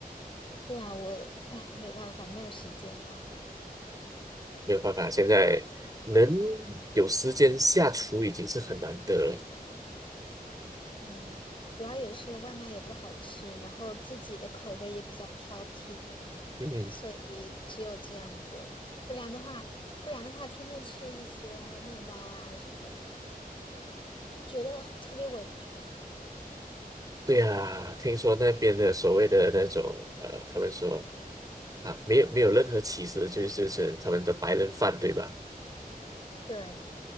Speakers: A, on the left; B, on the right.
A: 对啊，我，哎，没办法，没有时间啊。
B: 没有办法，现在能有时间下厨已经是很难得了。
A: 嗯，主要也是外卖也不好吃，然后自己的口味也比较挑剔，
B: 嗯，
A: 所以只有这样子了。不然的话，不然的话，天天吃一些面包啊什么的，觉得特别委屈。
B: 对呀，听说那边的所谓的那种呃，他们说啊，没有没有任何歧视，就是就是他们的白人饭，对吧？
A: 对。